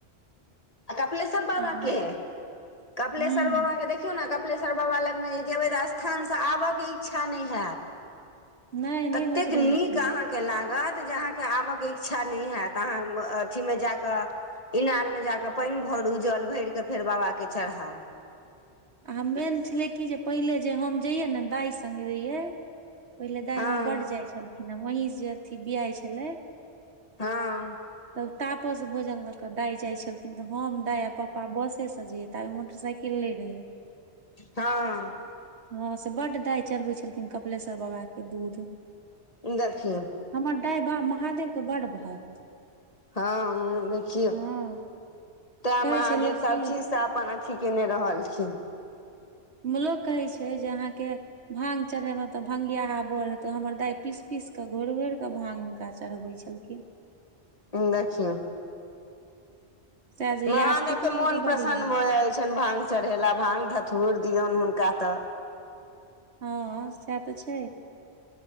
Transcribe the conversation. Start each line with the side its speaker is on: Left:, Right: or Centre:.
Left: कपिलेश्वर बाबा
Right: आ अहाँके
Left: के है कपिलेश्वर
Right: हूँ
Left: बाबा के देखे देखियौ ने कपिलेश्वर बाबा लगमे जे जेबै तऽ स्थानसँ आबयके इच्छा नहि होयत
Right: नहि
Left: ततेक
Right: नहि होइत रहै
Left: नीक
Right: छै
Left: अहाँके के लागत जे अहाँके आबयके इच्छा नहि होत अहाँ अथि मे जाके इनार मे जाके पानि भरू जल भर कऽ फेर बाबा के चढ़ाउ
Right: आ ह मेन छलै कि जे पहिले जे हम जैयै ने दाइ सगे जैयै पहिले दाइ
Left: हँ
Right: हमर बड जाइत छलखिन हे महीष जे अथी बियाइ छलै
Left: हँ
Right: तब तापस भोजन लऽ क दाइ जाइ छलखिन तऽ हम दाइ पपा पा बस से जाइये तबी मोटर सईकल ने रहे
Left: हँ
Right: हँ से बड़ दाइ चढ़बै छलखिन कपिलेश्वर बाबा के दूध
Left: देखि
Right: हमर दाय बा महादेवके बड भगत।
Left: हँ देखियौ
Right: हँ
Left: तै
Right: कहै
Left: महादेव
Right: छै लोक
Left: सबचीज
Right: कि
Left: अपन अथी केने रहल अछि
Right: लोक कहै छै जे अहाँके भांग चढ़ेबे मे तऽ भंगिया बर हेतो हमर दाय पीस पीस के घोर घोर कऽ भांग उनका। का चढ़बै छलखिन।
Left: देखियो
Right: सएह जे
Left: महादेव
Right: याद कखनो
Left: के मोन
Right: कालके
Left: प्रसन्न
Right: बड याद
Left: भऽ जाइ छनि भांग चढ़ेला भांग धतुर दियऔन हुनका तऽ
Right: हँ सएह तऽ छै